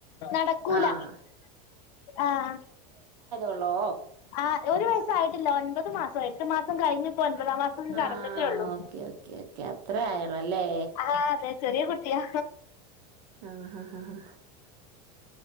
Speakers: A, on the left (about 75°); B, on the right (about 80°).
A: നടക്കൂല
B: ആഹ്
A: ആഹ്
B: ള്ളോ
A: ആഹ് ഒരു വയസ്സ് ആയിട്ടില്ല ഒൻപത് മാസം എട്ട് മാസം കഴിഞ്ഞു ഒൻപതാം മാസം കടന്നിട്ടേള്ളൂ
B: ആഹ് ഓക്കെ ഓക്കെ ഓക്കെ അത്രേ ആയുള്ളൂ അല്ലേ
A: ആഹ് അതെ ചെറിയ കുട്ടിയാ
B: ആഹ് ആഹ് ആഹ്